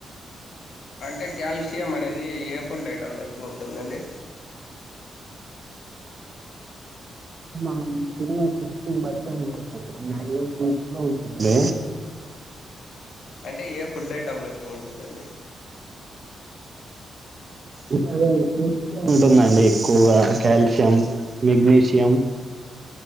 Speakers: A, on the left; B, on the right.
A: అంటే కా్యాల్షియం అనేది ఏ ఫుడ్ ఐటెం ఎక్కువ ఉంటుందండి
B: మనం తినే ఫుడ్ బట్టే ఉంటుంది అండి మాక్సిమం ఫ్రూట్స్ లో ఉంటుంది
A: అంటే ఏ ఫుడ్ ఐటెంలు ఎక్కువ ఉంటుందండి
B: ఇ ఫట్స్ లో ఉంటుందండి ఎక్కుగా కాల్ష్యయం మెగ్నీషియమ్